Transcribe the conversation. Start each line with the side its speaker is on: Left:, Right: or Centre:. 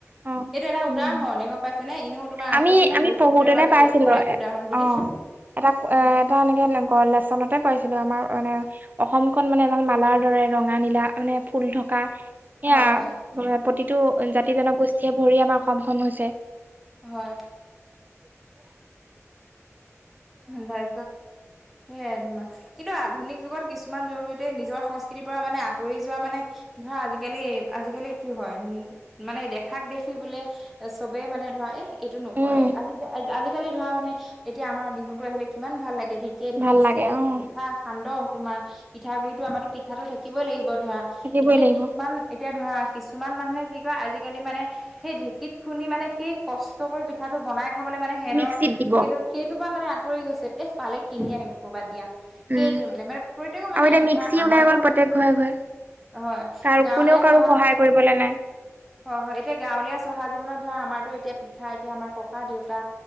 Right: অ
Centre: এইটো এটা উদাহৰণে
Right: উম
Centre: মানে গম পাইছা নে এনেও? তোমাৰ আছেই
Right: আমি
Centre: নহয়
Right: আমি
Centre: বৈচিত্ৰৰ
Right: পঢ়োতেনো
Centre: মাজত
Right: পাইছিলো
Centre: ঐক্যৰ এক
Right: এ
Centre: উদাহৰণ বুলি
Right: অ এটা
Centre: হয়
Right: এ এটা এনেকে লেচনতে পাইছিলোঁ, আমাৰ মানে অসমখন মানে এডাল মালাৰ দৰে ৰঙা নীলা মানে ফুল থকা সেয়া
Centre: হয় হয়
Right: প্ৰতিটো জাতি জনগোষ্ঠীয়ে ভৰি আমাৰ অসমখন হৈছে।
Centre: হয়।
Right: ত <inaudible>
Centre: সদায় সেয়াই তোমাৰ কিন্তু আধুনিক যুগত কিছুমান যুৱক যুৱতীয়ে নিজৰ সংস্কৃতিৰ পৰা মানে আঁতৰি যোৱা মানে ধৰা আজিকালি আজিকালি কি হয়, উম মানে দেখাক দেখি বোলে চবে মানে ধৰা এ এইটো নকৰে,
Right: উম,
Centre: আজি আজিকালি ধৰা মানে এতিয়া আমাৰ বিহুতটো আহিলে কিমান ভাল লাগে ধৰি ঠিকে ঠিকেই।
Right: ভাল লাগে অ'
Centre: পিঠা সান্দহ তোমাৰ পিঠাগুডৰি আমাৰতো পিঠাটো থাকিবই লাগিব। ধৰা
Right: থাকিবই
Centre: এতিয়া
Right: লাগিব।
Centre: কিছুমান এতিয়া ধৰা কিছুমান মানুহে কি কয় আজিকালি মানে সেই ঢেকীত খুন্দি মানে সেই কষ্ট কৰি পিঠাটো বনাই খাবলৈ লৈ মানে সিহঁতৰ,
Right: মিক্সিত দিব।
Centre: সেইটো সেইটো বা মানে আঁতৰি গৈছে, এ পালে কিনি আনিম ক'ৰবাত দিয়া।
Right: উম
Centre: সেইটো মানে মানে প্ৰত্যেকৰ মানে
Right: আৰু এতিয়া
Centre: ধৰা
Right: মিক্সি
Centre: আমাৰতো
Right: ওলাই গ'ল প্ৰত্যেক ঘৰে ঘৰে
Centre: হয়।
Right: কাৰ
Centre: গাঁৱলীয়া
Right: কোনেও কাৰো
Centre: চহা
Right: সহায় কৰিবলৈ নাই।
Centre: হয় হয়। এতিয়া গাঁৱলীয়া চহা জীৱনত ধৰা আমাৰতো এতিয়া পিঠা এতিয়া আমাৰ ককা দেউতা